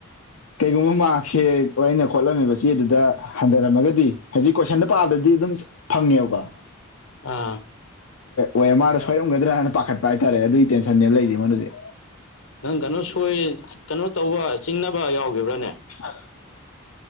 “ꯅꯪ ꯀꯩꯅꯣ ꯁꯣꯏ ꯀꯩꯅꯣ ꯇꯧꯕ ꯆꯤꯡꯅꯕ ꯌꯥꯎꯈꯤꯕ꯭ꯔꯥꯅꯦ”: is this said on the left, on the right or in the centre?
Left